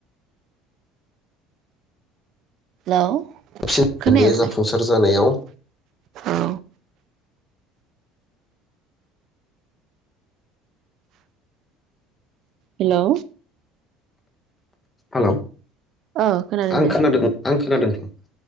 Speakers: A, on the right; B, on the left.
A: हेलौ।
B: <unintelligible>
A: खोनायासै
B: बेयो जाफुंसार जानायाव
A: औ हेलौ।
B: हेलौ।
A: औ
B: आं
A: दे
B: खोनादों
A: बुं
B: आं खोनादोंथ'।